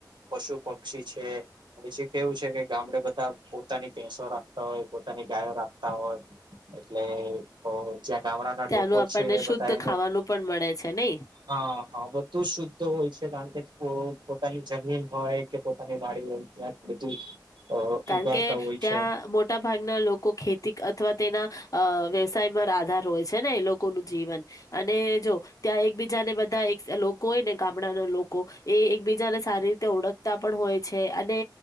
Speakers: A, on the right; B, on the left.
A: પશુ-પક્ષી છે, અને જે કેવું છે કે ગામમાં બધા પોતાની ભેસો રાખતા હોય, પોતાની ગાયો રાખતા હોય, એટલે અ જ્યાં ગામડાના
B: ત્યાંનું
A: લોકો
B: આપણને
A: છે,
B: શુદ્ધ
A: બધા એને
B: ખાવાનું પણ મળે છે નહી
A: હા. હા, બધું શુદ્ધ હોય છે, કારણ કે પોતાની જમીન હોય કે. પોતાની વાડી હોય ત્યાં બધું અ
B: કારણ
A: ઉગાડતા
B: કે
A: હોય
B: ત્યાં
A: છે
B: મોટા ભાગના લોકો ખેતી અથવા તેના અ વ્યવસાયમાં આધાર હોય છે ને, એ લોકોનું જીવન. અને જો ત્યાં એક એક બીજાને બધા એક લોકો હોય ને, ગામડાના લોકો એ એકબીજાને સારી રીતે ઓળખતા પણ હોય. અને